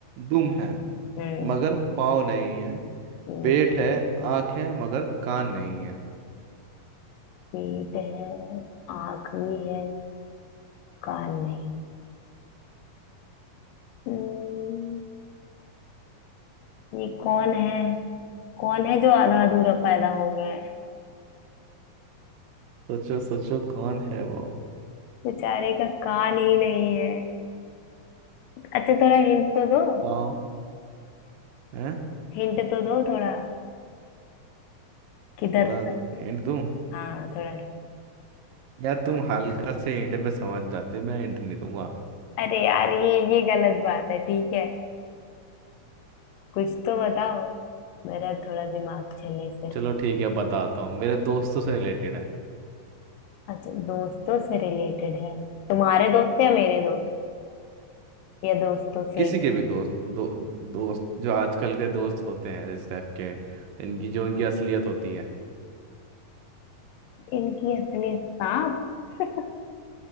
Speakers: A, on the right (about 80°); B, on the left (about 80°).
A: दुम है
B: हम्म
A: मगर पाँव नहीं है
B: हम्म।
A: पेट है आंख है मगर कान नहीं है
B: पीठ है आंख भी है कान नहीं है हम्म, ये कौन है कौन है जो आधा अधूरा पैदा हो गया है
A: सोचो सोचो कौन है वो
B: बेचारे का कान ही नहीं है अच्छा थोड़ा हिंट तो दो
A: हाँ है
B: हिंट तो दो थोड़ा किधर
A: थोड़ा हिंट दूं
B: हाँ थोड़ा थोड़ा
A: या तुम हल्का से हिंट पे समझ जाते मैं हिंट नहीं दूंगा
B: अरे यार ये ये गलत बात है ठीक है कुछ तो बताओ मेरा थोड़ा दिमाग चले फिर
A: चलो ठीक है बताता हूँ मेरे दोस्तों से रिलेटेड है
B: अच्छा दोस्तों से रिलेटेड है तुम्हारे दोस्त है या मेरे दोस्त या दोस्तों से
A: किसी के भी दोस्त दो दोस्त जो आजकल के दोस्त होते हैं इस टाइप के इनकी जो इनकी असलियत होती है
B: इनकी असलियत सांप <laughs>